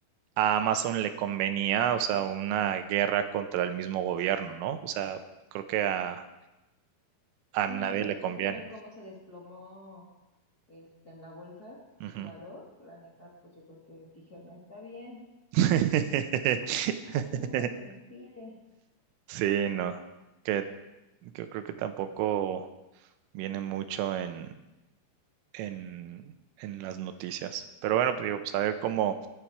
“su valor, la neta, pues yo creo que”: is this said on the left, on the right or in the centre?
Left